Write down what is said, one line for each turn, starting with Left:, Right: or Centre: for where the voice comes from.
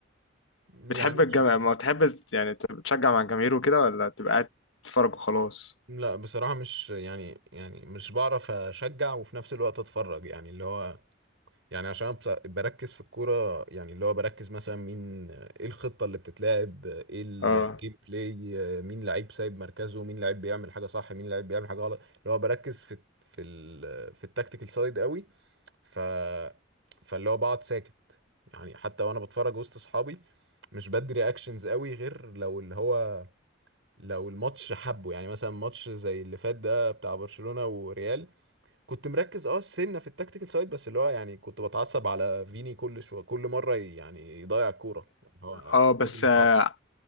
Right: يعني
Left: بتحب
Right: مش
Left: الجم... ما بتحب ت- يعني ت- تشجع مع الجماهير وكده ولا تبقى قاعد تتفرج وخلاص
Right: لا بصراحة مش يعني يعني مش بعرف أشجع وفي نفس الوقت أتفرج يعني اللي هو يعني عشان بص- بركز في الكورة يعني اللي هو بركز مثلا مين إيه الخطة اللي بتتلعب إيه الجيم
Left: اه
Right: بلاي مين لعيب سايب مركزه مين لعيب بيعمل حاجة صح مين لعيب بيعمل حاجة غلط اللي هو بركز في في ال في التكتيكال سايد قوي ف فاللي هو بقعد ساكت يعني حتى وأنا بتفرج وسط أصحابي مش بدي رياكشنز قوي غير لو اللي هو لو الماتش حبه يعني مثلا ماتش زي اللي فات ده بتاع برشلونة وريال كنت مركز اه سنة في التكتيكال سايد بس اللي هو يعني كنت بتعصب على فيني كل شوية كل مرة ي- يعني يضيع الكورة يعني هو
Left: اه بس
Right: لازم اتعصب
Left: آه،